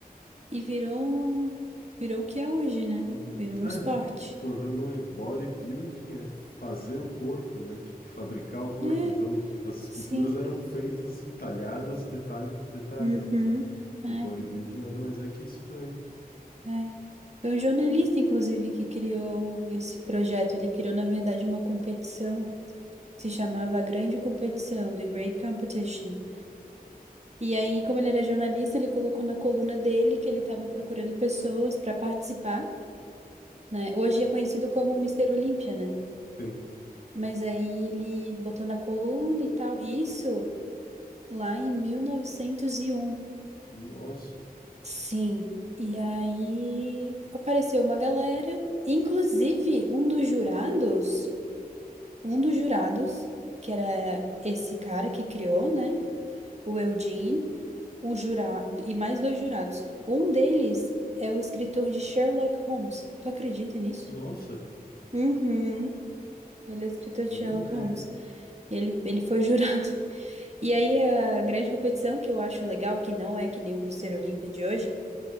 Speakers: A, on the right; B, on the left.
A: e virou um, virou o que é hoje, né?
B: Uhum.
A: Virou
B: É,
A: um esporte.
B: se for ver o nome bodybuilding é fazer o corpo, né? Tipo, fabricar o corpo.
A: É,
B: Então, as esculturas
A: sim.
B: eram feitas assim, talhadas detalhe por detalhe,
A: Uhum.
B: né?
A: É,
B: E o bodybuilding nada mais é que isso também.
A: é. Foi um jornalista, inclusive, que criou esse projeto. Ele criou, na verdade, uma competição. Se chamava A Grande Competição, The Great Competition. E aí, como ele era jornalista, ele colocou na coluna dele que ele estava procurando pessoas para participar. né? Hoje é conhecido como Mister Olímpia, né?
B: Sim.
A: Mas aí ele botou na coluna e tal. Isso lá em 1901.
B: Nossa,
A: Sim. E aí apareceu uma galera, inclusive um dos jurados, um dos jurados, que era esse cara que criou, né? O Eugene, um jurado e mais dois jurados. Um deles é o escritor de Sherlock Holmes. Tu acredita nisso?
B: nossa,
A: Uhum. Ele é escritor de
B: nem
A: Sherlock
B: ideia.
A: Holmes. E ele, ele foi jurado. <laughs> E aí a grande competição, que eu acho legal, que não é que nem o Mister Olímpia de hoje,